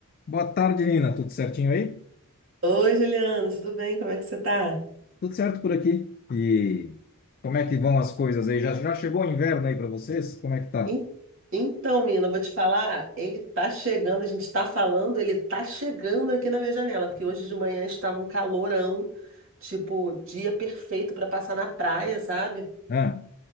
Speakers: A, on the left (about 40°); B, on the right (about 65°).
A: Boa tarde, Nina. Tudo certinho aí?
B: Oi, Juliana, tudo bem? Como é que você tá?
A: Tudo certo por aqui. E como é que vão as coisas aí? Já, já chegou o inverno aí para vocês? Como é que tá?
B: En- Então, menina, eu vou te falar, ele tá chegando, a gente tá falando, ele tá chegando aqui na minha janela, porque hoje de manhã estava um calorão, tipo, dia perfeito pra passar na praia, sabe?
A: Ah,